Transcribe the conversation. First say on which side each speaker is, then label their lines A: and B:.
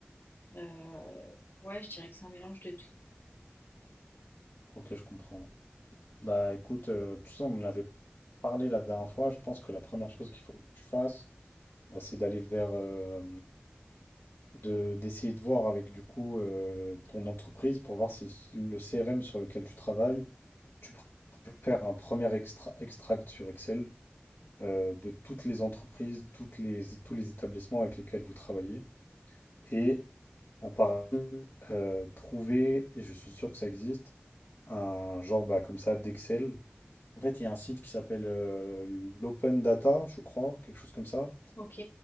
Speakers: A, on the left; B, on the left.
A: euh, ouais, je dirais que c'est un mélange de tout.
B: Ok, je comprends. Bah écoute, euh, tu sais, on en avait parlé la dernière fois. Je pense que la première chose qu'il faut que tu fasses, bah, c'est d'aller vers, euh, de d'essayer de voir avec du coup euh, ton entreprise pour voir si s- le CRM sur lequel tu travailles, tu pr- tu peux faire un premier extra- extract sur Excel euh, de toutes les entreprises, toutes les, tous les établissements avec lesquels vous travaillez et en parallèle euh, trouver, et je suis sûr que ça existe, un genre bah, comme ça d'Excel. En fait, il y a un site qui s'appelle euh, l'Open Data, je crois, quelque chose comme ça.
A: Ok.